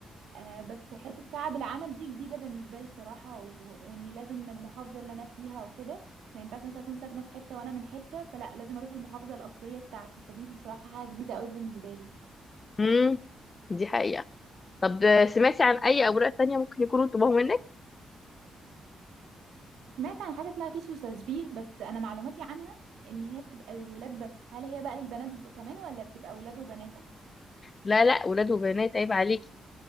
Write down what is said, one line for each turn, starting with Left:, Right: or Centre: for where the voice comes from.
Right: آه، بس حتة كعب العمل دي جديدة بالنسبة لي بصراحة و... وإني لازم من المحافظة اللي أنا فيها وكده ما ينفعش مثلا أكون ساكنة في حتة وأنا من حتة فلا لازم أروح المحافظة الأصلية بتاعتي فدي بصراحة حاجة جديدة أوي بالنسبة لي
Left: امم دي حقيقة طب سمعتي عن اي اوراق تانية ممكن يكونوا طلبوها منك؟
Right: سمعت عن حاجة اسمها فيش وتشبيه بس أنا معلوماتي عنها إن هي بتبقى للولاد بس هل هي بقى للبنات ب- كمان ولا بتبقى ولاد وبنات
Left: لا لا ولاد وبنات عيب عليك